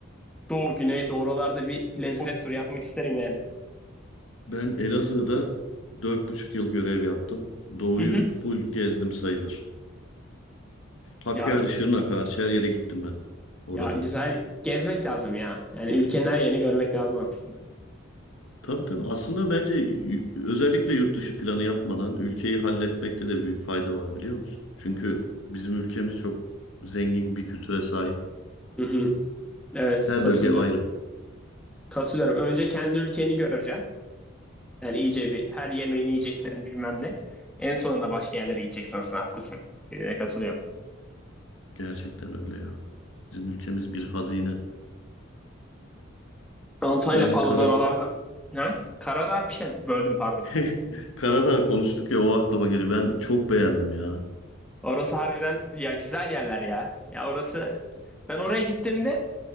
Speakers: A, in the centre; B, on the left (about 75°).
A: Doğu, Güney, doğu oralarda bir lezzet turu yapmak isterim yani.
B: Ben Elazığ'da dört buçuk yıl görev yaptım. Doğu'yu
A: Hı hı.
B: full gezdim sayılır. Hakkari,
A: Ya, güz-
B: Şırnak hariç her yere gittim ben orada.
A: ya güzel gezmek lazım ya. Yani ülkenin her yerini görmek lazım aslında.
B: Tabii tabii. Aslında bence y- özellikle yurt dışı planı yapmadan ülkeyi halletmekte de büyük fayda var biliyor musun? Çünkü bizim ülkemiz çok zengin bir kültüre sahip.
A: Hı hı. Evet
B: Her
A: katıl
B: bölge ayrı.
A: katılıyorum. Önce kendi ülkeni göreceksin. Yani iyice bir her yemeğini yiyeceksin bilmem ne. En sonunda başka yerlere gideceksin aslında haklısın. Ee, Katılıyorum.
B: Gerçekten öyle ya. Bizim ülkemiz bir hazine.
A: Antalya
B: Yalnız
A: falan
B: kara,
A: oralarda. Ne? Karadağ bir şey böldüm pardon.
B: <laughs> Karadağ konuştuk ya o aklıma geliyor. Ben çok beğendim ya.
A: Orası harbiden ya güzel yerler ya. Ya orası ben oraya gittiğimde